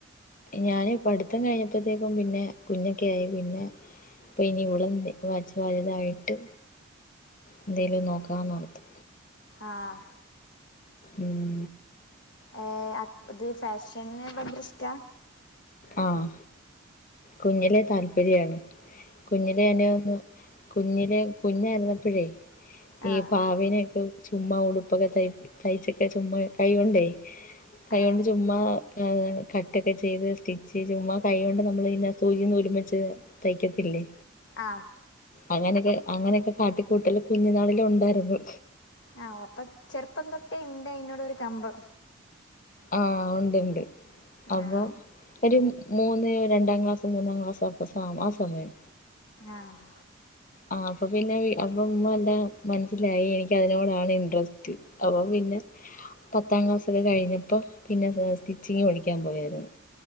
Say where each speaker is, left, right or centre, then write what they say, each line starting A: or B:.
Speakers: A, on the left; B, on the left.
A: ഞാൻ പഠിത്തം കഴിഞ്ഞപ്പോഴത്തേക്കും പിന്നെ കുഞ്ഞൊക്കെ ആയി പിന്നെ ഇപ്പ ഇനി ഇവള് ഇവിടെ വച്ച്‌ വലുതായിട്ട് എന്തേലും നോക്കാന്ന് പറഞ്ഞു
B: ആഹ്
A: ഉം
B: ഏ, ഇത് ഫാഷന് ഭയങ്കര ഇഷ്ടാ
A: ആഹ് കുഞ്ഞിലെ താല്പര്യാണ് കുഞ്ഞിലെ എന്നെ ഒന്ന് കുഞ്ഞിലെ കുഞ്ഞായിരുന്നപ്പോഴേ
B: ആ
A: ഈ പാവിനൊക്കെ ചുമ്മാ ഉടുപ്പൊക്കെ ത തയ്ച്ച്ക്കെ ചുമ്മാ കൈ കൊണ്ടേ കൈ
B: ആ
A: കൊണ്ട് ചുമ്മാ കട്ടൊക്കെ ചെയ്ത് സ്റ്റിച്ച് ചുമ്മാ കൈകൊണ്ട് നമ്മള് പിന്നെ സൂചിം നൂലും വെച്ച് തയ്ക്കത്തില്ലേ
B: ആഹ്
A: അങ്ങനെയൊക്കെ അങ്ങനെയൊക്കെ കാട്ടിക്കൂട്ടല് കുഞ്ഞുനാളിലെ ഉണ്ടായിരുന്നു
B: ആ അപ്പൊ ചെറുപ്പം തൊട്ടേ ഉണ്ട് അയിനോട് ഒരു കമ്പം
A: ആഹ് ഉണ്ട്ണ്ട് അപ്പൊ
B: ആ
A: ഒരു മൂന്ന് രണ്ടാം ക്ലാസ്സ് മൂന്നാം ക്ലാസ്സ് അപ്പോൾ സ ആ സമയം
B: ആഹ്
A: ആഹ് അപ്പൊ പിന്നെ അപ്പൊ ഉമ്മ എല്ലാം മനസ്സിലായി എനിക്ക് അതിനോടാണ് ഇൻട്രസ്റ്റ് അപ്പൊ പിന്നെ പത്താം ക്ലാസ്സ് ഒക്കെ കഴിഞ്ഞപ്പോൾ പിന്നെ സ്റ്റിച്ചിങ്ങ് പടിക്കാൻ പോയായിരുന്നു